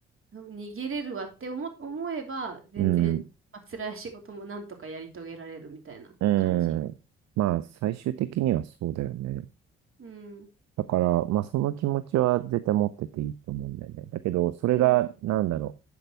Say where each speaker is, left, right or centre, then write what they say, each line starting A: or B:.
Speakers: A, on the right; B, on the right.
A: うん逃げれるわって思、思えば、全然、
B: うん、
A: まあ、辛い仕事もなんとかやり遂げられるみたいな感じ。
B: うん。まあ最終的にはそうだよね。
A: うん、
B: だから、まあ、その気持ちは絶対持ってていいと思うんだよね。だけど、それが、
A: うん。
B: なんだろ